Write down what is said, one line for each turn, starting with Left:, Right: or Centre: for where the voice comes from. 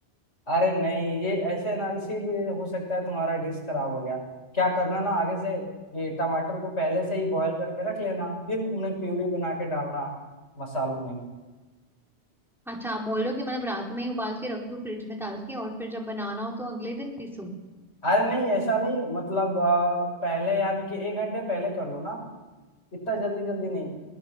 Left: अरे नहीं ये ऐसे ना इसीलिए हो सकता है तुम्हारा डिश खराब हो गया क्या करना ना आगे से ये टमाटर को पहले से ही बॉयल करके रख लेना फिर उन्हें प्यूरी बना के डालना मसालों में
Centre: अच्छा आप बोल रहे हो कि मतलब रात में ही उबाल के रख दूं फ्रिज में डाल के और फिर जब बनाना हो तो अगले दिन पीसूं
Left: अरे नहीं ऐसा नहीं मतलब आ, पहले यानी कि एक घंटे पहले कर लो ना इतना जल्दी जल्दी नहीं